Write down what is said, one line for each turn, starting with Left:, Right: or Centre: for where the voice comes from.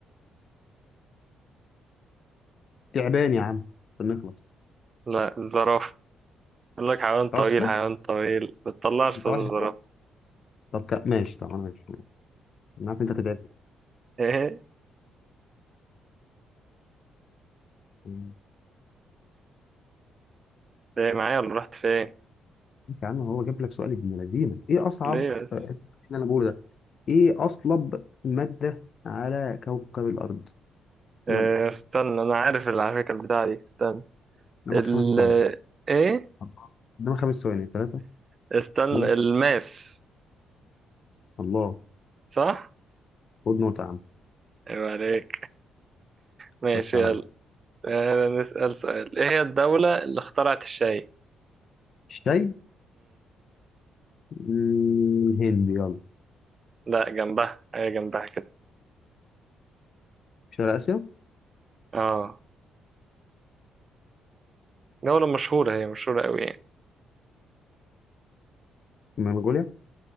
Left: تعبان يا عم عشان نخلص
Right: لا الزرافة بقول لك حيوان
Left: ما
Right: طويل
Left: طلعش الصوت
Right: حيوان طويل بتطلعش
Left: ما
Right: صوت
Left: طلعش
Right: الزرافة
Left: الصوت طب ك... ماشي طب انا ماشي انا عارف انت هتتعبني
Right: ايه
Left: ماشي
Right: ايه معايا ولا رحت فين
Left: يا عم هو جاب لك سؤال ابن لذينه ايه اصعب
Right: ليه بس
Left: آه، اللي انا بقوله ده ايه اصلب ماده على كوكب الارض
Right: إيه
Left: يلا
Right: استنى انا عارف اللي على فكرة البتاعة دي استنى
Left: قدامك
Right: ال
Left: خمس ثواني
Right: ايه
Left: أربعة. قدامك خمس ثواني ثلاثه
Right: استنى
Left: اثنين
Right: الماس
Left: الله
Right: صح
Left: خد نقطه يا عم
Right: ايوه عليك ماشي
Left: خش عليا
Right: يلا آه، نسأل سؤال ايه هي الدولة اللي اخترعت الشاي
Left: الشاي مم، الهند يلا
Right: لا جنبها هي جنبها كده
Left: شرق اسيا
Right: اه دولة مشهورة هي مشهورة قوي يعني
Left: منغوليا